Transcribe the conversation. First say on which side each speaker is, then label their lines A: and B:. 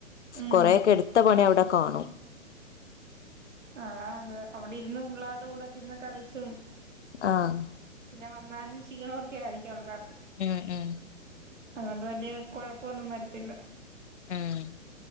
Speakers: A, on the right; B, on the left.
A: ഉം
B: കൊറേക്കേട്ത്ത പണി അവടെ കാണും
A: അതാനല്ലത് അവടിര്ന്ന് പുള്ളാര്ടെ കൂടെക്കെര്ന്ന് കളിച്ചും
B: ആഹ്
A: പിന്നെവന്നാലും ഷീണം ഒക്കെ ആയിരിക്കും ആൾക്ക്
B: ഉം ഉം
A: അത് കൊണ്ട് വല്ല്യേ കൊഴപ്പൊന്നും വരത്തില്ല
B: ഉം